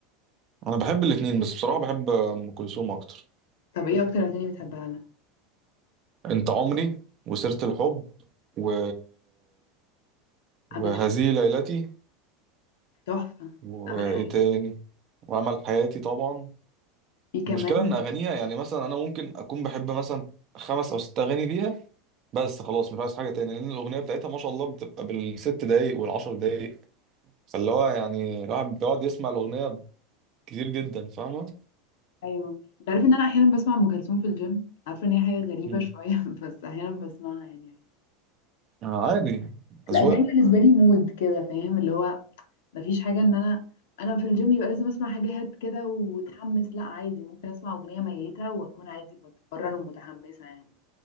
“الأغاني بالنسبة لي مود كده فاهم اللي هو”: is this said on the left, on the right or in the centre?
Left